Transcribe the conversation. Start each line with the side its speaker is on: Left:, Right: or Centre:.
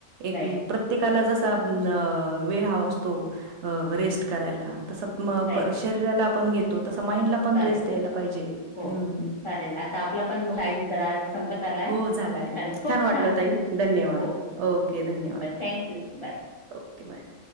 Right: एक
Left: राईट
Right: प्रत्ये प्रत्येकाला जसा अह वेळ हवा असतो रेस्ट करायला तसा म
Left: राईट
Right: पर शरीराला आपण घेतो तस माइंडला पण
Left: चालेल
Right: रेस्ट द्यायला पाहिजे हम्म
Left: हो चालेल आता आपला पण
Right: हाव
Left: टाइम
Right: की
Left: जरा संपत आलाय
Right: हो झालाय.
Left: चला खूप
Right: छान वाटलं ताई धन्यवाद.
Left: हो
Right: ओके धन्यवाद.
Left: Thank you bye
Right: okay bye.